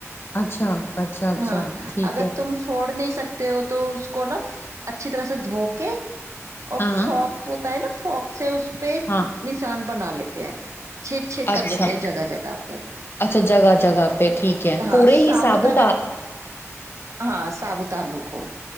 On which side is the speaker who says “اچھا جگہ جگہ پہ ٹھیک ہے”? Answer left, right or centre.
Left